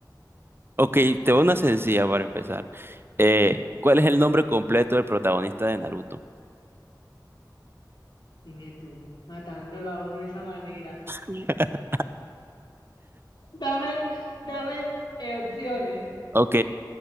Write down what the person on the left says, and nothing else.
dime tú, matándolo a uno de esa manera.
Dame, dame eh, opciones.